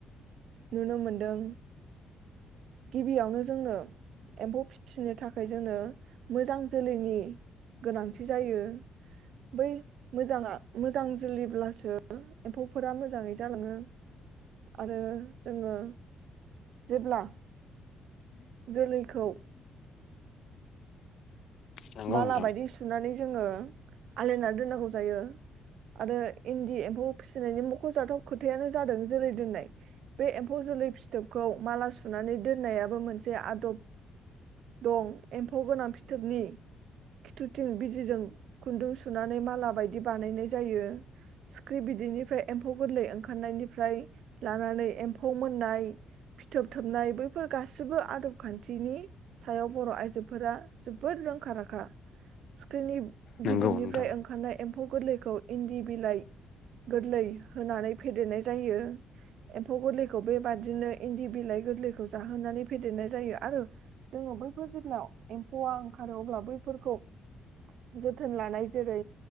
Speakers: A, on the right; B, on the left.
A: नुनो मोनदों गिबियावनो जोंनो एम्फौ फिसिनो थाखाय जोंनो मोजां जोलैनि गोनांथि जायो बै मोजाङा मोजां जोलैब्लास सो एम्फौफोरा मोज मोजाङै जालाङो आरो जोङो जेब्ला जोलैखौ
B: नंगौ
A: माला
B: नोंथां
A: बायदि सुनानै जोङो आलायनानै दोननांगौ जायो आरो इन्दि एम्फौ फिसिनायनि मखजाथाव खोथायानो जादों जोलै दोननाय बे एम्फौ जोलै फिथोबखौ माला सुनानै दोननायाबो मोनसे आदब दं एम्फौ गोनां फिथोबनि खिथुथिं बिजिजों खुन्दुं सुनानै माला बायदि बानायनाय जायो सिख्रि बिदैनिफ्राय एम्फौ गोरलै ओंखारनायनिफ्राय लानानै एम्फौ मोननाय फिथोबथोबनाय बैफोर गासिबो आदब खान्थिनि सायाव बर आइजोफोरा जोबोद रोंखा राख खा सिक्रिनिब
B: नंगौ
A: गिदिरनिफ्राय
B: नोंथां
A: ओंखारनाय एमफ एम्फौ गोरलैखौ इन्दि बिलाइ गोरलै होनानै फेदेरनाय जायो एम्फौ गोरलैखौ बेबादिनो इन्दि बिलाइ गोरलैखौ जाहोनानै फेदेरनाय जायो आरो जोङो बैफोर जेब्ला एम्फौआ ओंखारो अब्ला बै फो फोरखौ जोथोन लानाय जेरै